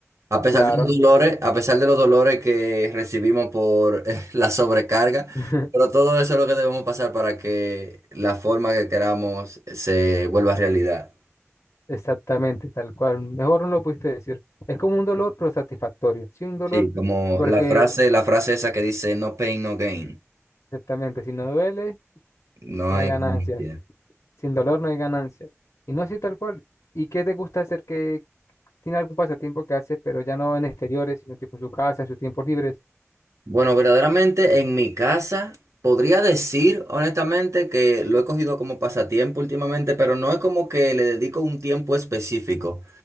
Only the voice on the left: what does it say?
Claro.
<laughs>
Exactamente, tal cual. Mejor no lo pudiste decir. Es como un dolor, pero satisfactorio. Sin dolor,
porque
exactamente, si no duele,
no
hay ganancias.
Sin dolor no hay ganancias. Y no así tal cual. ¿Y qué te gusta hacer que tiene algún pasatiempo que haces, pero ya no en exteriores, sino tipo en su casa, en sus tiempos libres?